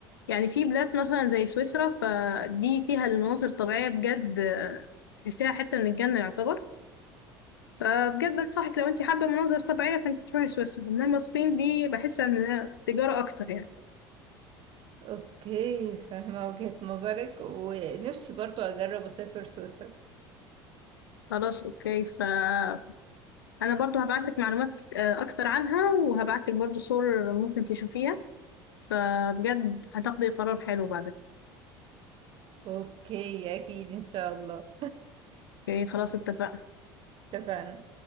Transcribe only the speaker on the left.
يعني في بلاد مثلا زي سويسرا فدي فيها المناظر الطبيعية بجد آه، تحسيها حتة من الجنة يعتبر فبجد انصحك لو انت حابة مناظر طبيعية فانت تروحي سويسرا انما الصين دي بحس انها تجارة اكتر يعني
خلاص اوكي فانا برضو هبعتلك معلومات آه، اكتر عنها وهبعتلك برضو صور ممكن تشوفيها فبجد هتاخدي قرار حلو بعدك
اوكي خلاص اتفقنا